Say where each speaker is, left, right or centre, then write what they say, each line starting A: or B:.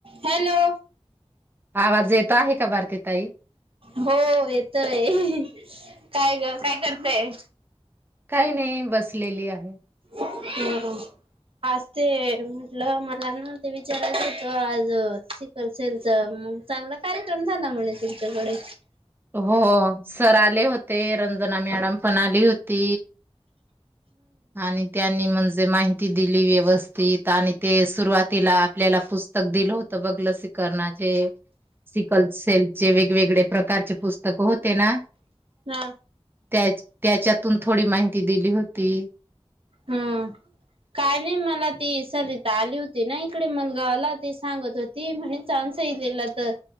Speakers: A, on the right (about 60°); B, on the right (about 20°).
A: Hello
B: आवाज येत आहे का बारती ताई
A: हो येतय काय काय करतय
B: काही नाही बसलेली आहे
A: हम हम आज ते म्हटलं मला ना ते विचारायच होेतो आज कसेलचा चांगला कार्यक्रम झाला म्हणे तुमच्याकडे
B: हो सर आले होते रंजना मॅडम पण आली होती आणि त्यांनी म्हणजे माहि ती दिली व्यवस्थित आणि ते सुरुवातीला आपल्याला पूस पुस्तक दिलं होत बघ लसिकणाचे सिकल सेलचे वेगवेगळे प्रकारचे पुस्तकं होते ना
A: हा
B: त्या त्याच्यातून थोडी माहिती दिली होती
A: हम्म काय नाही मला ती सलिता आली होती ना इकडे मलगावाला ते सांगत होते त म्हणे चान्स येलेला तर